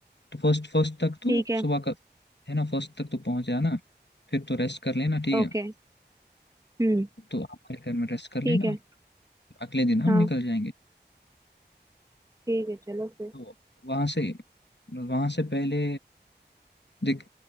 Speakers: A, on the left; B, on the right.
A: तो फर्स्ट फर्स्ट तक तो
B: ठीक है
A: सुबह का है ना फर्स्ट तक तो पहुंच जाना फिर तो रेस्ट कर लेना ठीक
B: ओके
A: है
B: हम्म
A: तो हमारे घर में रेस्ट कर
B: ठीक
A: लेना
B: है
A: अगले दिन हम
B: हाँ
A: निकल जाएंगे
B: ठीक है चलो फिर
A: तो वहां से वहां से पहले देख